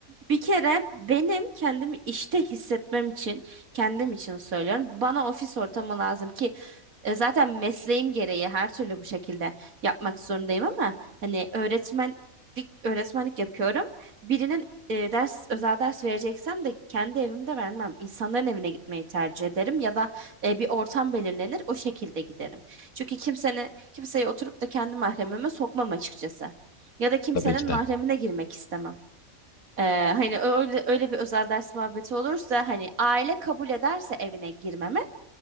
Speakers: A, on the right; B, on the left.
A: Bir kere benim kendimi işte hissetmem için, kendim için söylüyorum. Bana ofis ortamı lazım ki e, zaten mesleğim gereği her türlü bu şekilde yapmak zorundayım ama hani öğretmenlik öğretmenlik yapıyorum. Birinin e, ders özel ders vereceksem de kendi evimde vermem. İnsanların evine gitmeyi tercih ederim ya da e, bir ortam belirlenir o şekilde giderim. Çünkü kimsenin kimseye oturup da kendi mahremime sokmam açıkçası. Ya da kimsenin
B: Tabii ki de.
A: mahremine girmek istemem. Ee, hani öyle öyle bir özel ders muhabbeti olursa hani aile kabul ederse evine girmeme